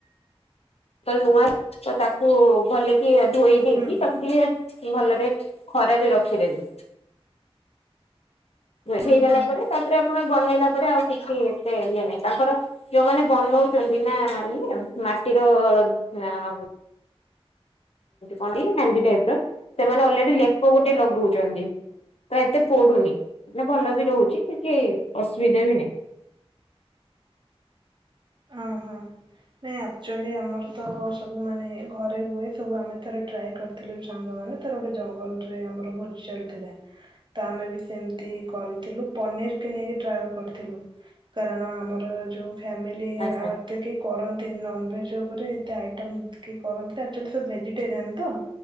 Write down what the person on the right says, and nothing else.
ହୁଁ
ହୁଁ
ହୁଁ
ଆ ହୋ। ନାଇଁ, ଆକ୍ଚୁଆଲି ଆମର ତ ସବୁ ମାନେ ଘରେ ହୁଏ। ସବୁ ଆମେ ଥରେ ଟ୍ରାଏ କରୁ। ଥିଲୁ ସାଙ୍ଗମାନେ, ତାର ଗୋଟେ ଜଙ୍ଗଲରେ ଆମର ଭୋଜି ଚାଲିଥିଲା। ତ ଆମେ ବି ସେମିତି କରିଥିଲୁ, ପନିର କି ନେଇକି ଟ୍ରାଅ କରିଥିଲୁ। କାରଣ ଆମର ଯୋଉ ଫ୍ୟାମି ଲି
ଏ <unintelligible> ଏତେ କେହି କରନ୍ତିନି, ନନଭେଜ ଉପରେ ଏତେ ଆଇଟମ୍ କେହି କରନ୍ତିତ ଏଚୁଆଲି ସବୁ ଭେଜିଟେରିଆନ ତ?